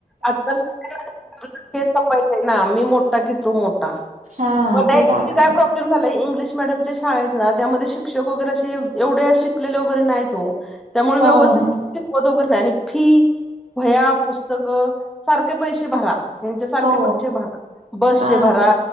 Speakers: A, in the centre; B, on the right (about 55°).
A: आजपाय ना मी मोठा की तू मोठा
B: हा
A: पण
B: ते दाखवण
A: काय प्रॉब्लेम झालाय इंग्लिश मडमच्या शाळेत ना त्यामध्ये शिक्षक वगैरे असे एवढे शिकलेले वगैरे नाही त्यामुळे
B: हो
A: व्यवस्थितगैरे
B: नाही
A: नाही फी वया पुस्तकं सारखे पैसे भरा ह्यांच्या सारखे
B: हो
A: पैसे भरा बसचे
B: हा
A: भरा